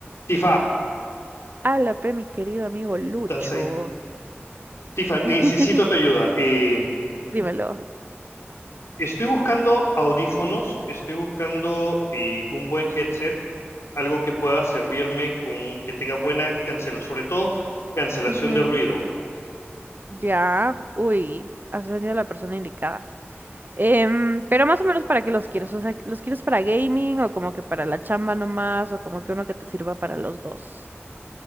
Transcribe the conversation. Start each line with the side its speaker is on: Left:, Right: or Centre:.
Left: Tifa,
Right: Habla, pe, mi querido amigo Lucho.
Left: estás ahí. Tifa, necesito
Right: <laughs>
Left: tu ayuda. Eh,
Right: Dímelo.
Left: estoy buscando audífonos, estoy buscando eh, un buen headset, algo que pueda servirme con que tenga buena cancelación, sobre todo cancelación
Right: Ujú.
Left: de ruido.
Right: Ya, uy, has venido a la persona indicada. Em, pero más o menos para qué los quieres, o sea, ¿los quieres para gaming o como que para la chamba nomás o como que uno que te sirva para los dos?